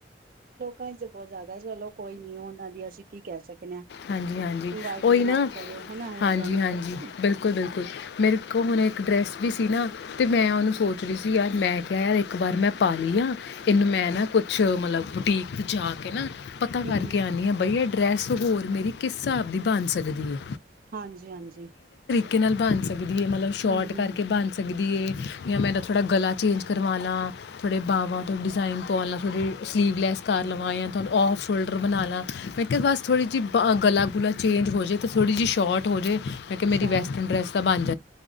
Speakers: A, on the right; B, on the left.
A: ਾਂ ਚ ਬਹੁਤ ਜ਼ਿਆਦਾ ਚਲੋ ਕੋਈ ਨੀ ਉਹਨਾਂ ਦੀ ਅਸੀਂ ਕੀ ਕਹਿ ਸਕਦੇ ਹਾਂ
B: ਹਾਂਜੀ ਹਾਂਜੀ
A: ਵਾਹਿਗੁਰੂ
B: ਉਹੀ
A: ਮੱਤ
B: ਨਾ
A: ਦਵੇ ਹਨਾ ਇਹੋ
B: ਹਾਂਜੀ
A: ਜਿਹਾ ਨੂੰ
B: ਹਾਂਜੀ
A: ਤੇ ਹੂੰ
B: ਬਿਲਕੁਲ ਬਿਲਕੁਲ ਮੇਰੇ ਕੋਲ ਹੁਣ ਇੱਕ ਡਰੈਸ ਵੀ ਸੀ ਨਾ ਤੇ ਮੈਂ ਉਹਨੂੰ
A: ਹੂੰ
B: ਸੋਚ ਰਹੀ ਸੀ ਯਾਰ ਮੈਂ ਕਿਹਾ ਯਾਰ ਇੱਕ ਵਾਰ ਮੈਂ ਪਾਾਲ ਲਈ ਆ ਇਹਨੂੰ ਮੈਂ ਨਾ ਕੁਛ ਮਤਲਬ ਬੁਟੀਕ ਜਾ ਕੇ ਨਾ ਪਤਾ
A: ਹੂੰ
B: ਕਰਕੇ
A: ਹੂੰ
B: ਆਉਂਦੀ ਆ ਬਈ ਡਰੈਸ ਹੋਲ ਮੇਰੀ ਕਿਸ ਹਿਸਾਬ ਦੀ ਬਣ ਸਕਦੀ ਹੈ
A: ਹਾਂਜੀ ਹਾਂਜੀ
B: ਕਿ ਨਾਲ ਬਣ ਸਕੇ ਵਧਏ ਮਤਲਬ ਸ਼ੋਰਟ
A: ਹੂੰ
B: ਕਰਕੇ
A: ਹੂੰ
B: ਬਣ ਸਕਦੀ ਦੀਏ ਜਾਂ ਮੈਂ ਤਾਂ ਥੋੜ੍ਹਾ ਗਲਾ ਚੇਜ ਕਰਵਾ ਲਾਂ ਥੋੜ੍ਹੇ ਬਾਹਵਾਂ ਤੋਂ ਡਿਜ਼ਾਇਨ ਪਾਵਾ ਲਾਂ ਥੋੜ੍ਹੀ ਸਲੀਵਲੈਸ ਕਰ ਲਵਾਂ ਜਾਂ ਤੁਹਾਨੂੰ ਔਫ ਸ਼ੋਲਡਰ ਬਣਾ ਲੈਂ ਮੈਂ ਕਿਹਾ ਬਸ ਥੋੜ੍ਹੀ ਜਿਹੀ ਗਲਾ ਗੁਲਾ ਚੇਂਜ ਹੋ ਜਾਵੇ ਤਾਂ ਥੋੜ੍ਹੀ ਜਿਹੀ ਸ਼ੋਟ ਹੋ ਜਾਵੇ ਮੈਂ ਕਿਹਾ ਮੇਰੀ
A: ਸ਼ੋਰ
B: ਵੈਸਟਰਨ ਡਰੈਸ ਤਾਂ ਬਣਦਾ